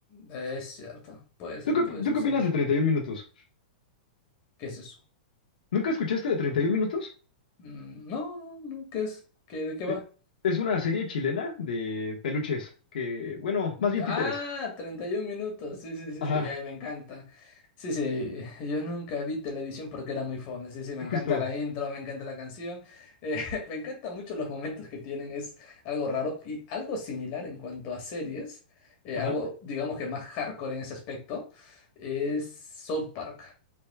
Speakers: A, on the left; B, on the left.
A: Es cierto, puede ser,
B: ¿Tú qué, op-
A: puede
B: tú
A: suceder.
B: qué opinas de 31 minutos?
A: ¿Qué es eso?
B: ¿Nunca escuchaste de 31 minutos?
A: Mm, No, no, no, ¿qué es? ¿Qué, de qué va?
B: Eh, es una serie chilena de peluches que, bueno, más bien
A: Ah,
B: títeres.
A: 31 minutos. Sí, sí, sí,
B: Ajá,
A: sí, eh, me encanta. Sí, sí, yo nunca vi televisión porque era muy fome. Sí, sí, me
B: justo.
A: encanta la intro, me encanta la canción. eh, <laughs> me encantan mucho los momentos que tienen, es algo raro y algo similar en cuanto a series, eh,
B: Ajá.
A: algo digamos que más hardcore en ese aspecto, es South Park.